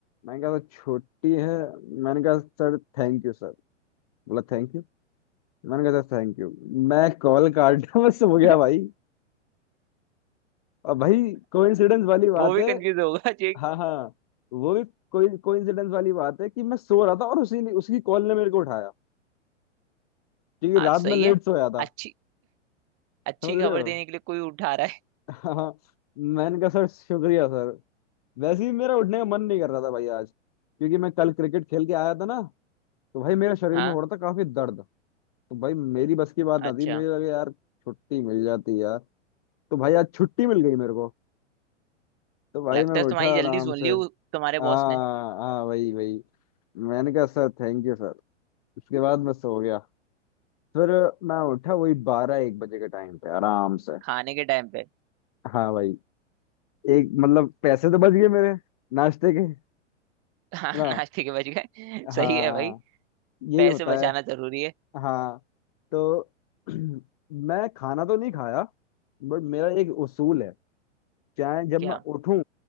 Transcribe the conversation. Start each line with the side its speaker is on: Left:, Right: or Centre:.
Left: मैंने कहा छुट्टी है मैंने कहा सर थैंक यू सर बोला थैंक यू मैंने कहा सर थैंक यू मैं कॉल काटा मैं सो
Right: <laughs>
Left: <laughs> गया भाई अब भाई कोइंसिडेंस वाली बात
Right: वो भी
Left: है
Right: कंफ्यूज होगा चेक
Left: हाँ हाँ वो भी कोई कोइंसिडेंस वाली बात है कि मैं सो रहा था और उसी ने उसकी कॉल ने मेरे को उठाया क्योंकि
Right: हाँ
Left: रात
Right: तो सही
Left: में लेट
Right: है
Left: सोया था
Right: अच्छी अच्छी
Left: समझ
Right: खबर
Left: रहे हो
Right: देने के लिए कोई उठा रहा है
Left: हाँ हाँ, मैंने कहा सर शुक्रिया सर वैसे ही मेरा उठने का मन नहीं कर रहा था भाई आज क्योंकि मैं कल क्रिकेट खेल के आया था ना तो भाई मेरे शरीर
Right: हाँ
Left: में हो रहा था काफी दर्द तो भाई मेरी बस की बात ना
Right: अच्छा
Left: थी मेरे लगे यार छुट्टी मिल जाती यार तो भाई आज छुट्टी मिल गई मेरे को तो भाई
Right: लगता
Left: मैं
Right: है
Left: उठा
Right: तुम्हारी जल्दी
Left: आराम
Right: सुन ली
Left: से
Right: उ- तुम्हारे
Left: हाँ
Right: बॉस ने
Left: हाँ वही वही मैंने कहा सर थैंक यू सर उसके बाद मैं सो गया फिर मैं उठा वही बारह एक बजे के टाइम पे आराम से
Right: खाने के टाइम पे
Left: हाँ भाई एक मतलब पैसे तो बच गए मेरे नाश्ते के है
Right: हाँ <laughs>
Left: ना
Right: नाश्ते के बज गए सही
Left: हाँ
Right: है भाई
Left: यही
Right: पैसे
Left: होता
Right: बचाना
Left: है
Right: जरूरी है
Left: हाँ तो <clears throat> मैं खाना तो नहीं खाया बट मेरा एक उसूल है चाहे जब
Right: क्या
Left: मैं उठूं